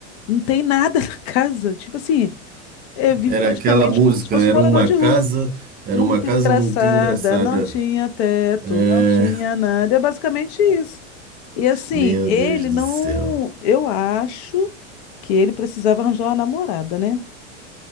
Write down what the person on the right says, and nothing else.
Era
aquela música,
era
uma
casa,
era
uma casa
muito engraçada.
É,
meu
Deus do
céu.